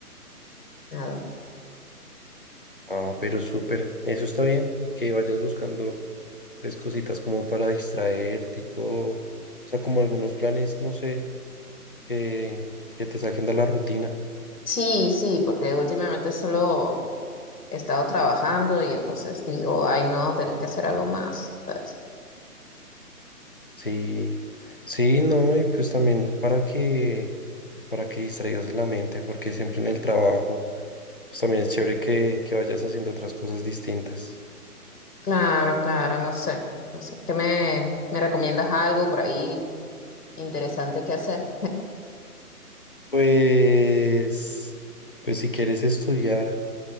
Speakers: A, on the left; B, on the left.
A: nada.
B: Ah, pero súper, eso está bien, que vayas buscando pues cositas como para distraerte y todo, o sea, como algunos planes, no sé, que, que te saquen de la rutina.
A: Sí, sí, porque últimamente solo he estado trabajando y entonces digo, ay, no, tengo que hacer algo más. ¿sabes?
B: Sí, sí, no, y pues también para que, para que distraigas la mente, porque siempre en el trabajo, pues también es chévere que, que vayas haciendo otras cosas distintas.
A: Claro, claro, no sé. No sé, ¿qué me, me recomiendas algo por ahí interesante que hacer.
B: Pues, pues si quieres estudiar,